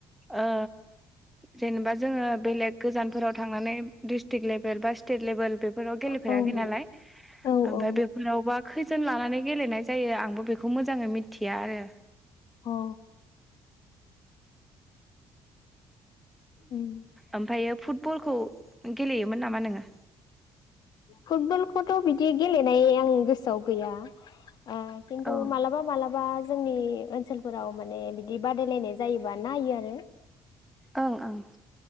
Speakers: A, in the centre; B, on the left (about 65°).
A: ओ जेनेबा जोङो बेलेग गोजानफोराव थांनानै डिस्ट्रिक लेभेल बा स्टेट लेभेल बेफोराव गेलेफेराखै
B: औ
A: नालाय
B: औ
A: ओमफ्राय बेफोरावबा खैजोन लानानै गेलेनाय जायो आंबो बे बेखौ मोजाङै मिथिया आरो
B: औ उम
A: ओमफ्रायो फुटबलखौ गेलेयोमोन नामा नोङो?
B: फुटबलखौथ' बिदि गेलेनाय आं गोसो सौ गैया अ खनतु
A: औ
B: मालाबा मालाबा - जोंनि ओनसोलफोराव माने बिदि बादायलायनाय जायोबा नायो आरो
A: ओं ओं